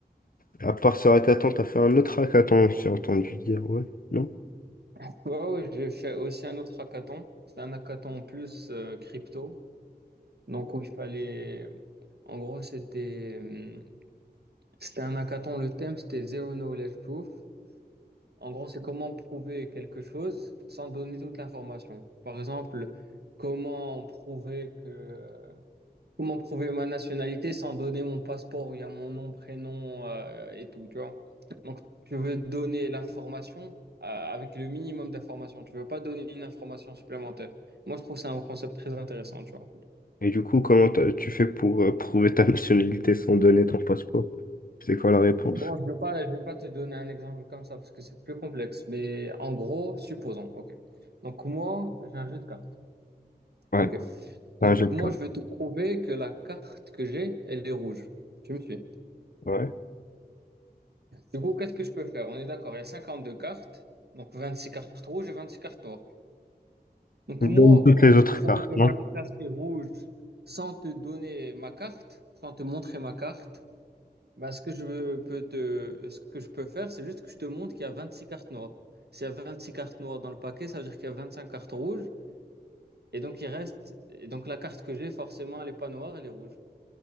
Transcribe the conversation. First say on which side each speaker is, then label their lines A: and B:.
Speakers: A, on the left; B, on the right.
A: à part ce hackathon, t'as fait un autre hackathon, j'ai entendu dire, ouais, non?
B: Ouais, ouais, j'ai fait aussi un autre hackathon. C'était un hackathon plus euh, crypto. Donc, où il fallait. En gros, c'était hum, c'était un hackathon. Le thème, c'était Zero Knowledge Proof. En gros, c'est comment prouver quelque chose sans donner toute l'information. Par exemple, comment prouver que comment prouver ma nationalité sans donner mon passeport où il y a mon nom, prénom euh, et tout, tu vois. Donc, tu veux donner l'information euh, avec le minimum d'informations. Tu veux pas donner une information supplémentaire. Moi, je trouve que c'est un concept très intéressant, tu vois.
A: Et du coup, comment t'as- tu fais pour euh, prouver ta nationalité sans donner ton passeport? C'est quoi la réponse?
B: Bon, je vais pas, je vais pas te donner un exemple comme ça parce que c'est plus complexe, mais en gros, supposons, ok. Donc moi, j'ai un jeu de cartes.
A: Ouais,
B: Ok.
A: t'as
B: Donc
A: un jeu de
B: moi,
A: cartes.
B: je vais te prouver que la carte que j'ai, elle est rouge. Tu me suis.
A: Ouais.
B: Du coup, qu'est-ce que je peux faire? On est d'accord, il y a 52 cartes, donc 26 cartes rouges et 26 cartes noires. Donc
A: Il
B: moi,
A: donne toutes
B: pour
A: les
B: te
A: autres
B: prouver
A: cartes,
B: que
A: non?
B: ma carte est rouge, sans te donner ma carte, sans te montrer ma carte, bah, ce que je peux te, ce que je peux faire, c'est juste que je te montre qu'il y a 26 cartes noires. S'il y a 26 cartes noires dans le paquet, ça veut dire qu'il y a 25 cartes rouges. Et donc il reste, et donc la carte que j'ai, forcément, elle n'est pas noire, elle est rouge.